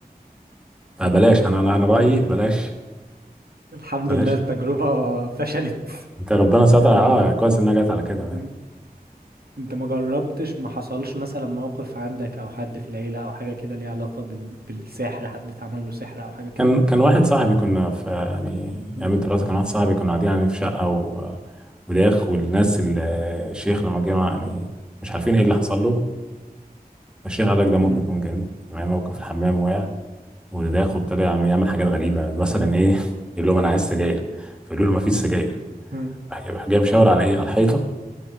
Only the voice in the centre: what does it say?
فبلاش
أنا أنا أنا رأيي
بلاش
بلاش
أنت ربنا ستر أه كويس إنها جت على
كده مان.
كان كان واحد صاحبي كنا في يعني
أيام الدراسة كان واحد صاحبي كنا قاعدين يعني في شقة و... وداخ والناس ال- الشيخ لما جه يعني مش عارفين إيه اللي حصل له ماشي غلك ده ممكن
يكون جن تمام ممكن في الحمام وقع وداخل ابتدى يعمل يعمل حاجات غريبة مثلا ايه <laughs> يقول لهم انا عايز سجاير فيقولوا له مفيش سجاير
راح جاي راح جاي مشاور على ايه على الحيطة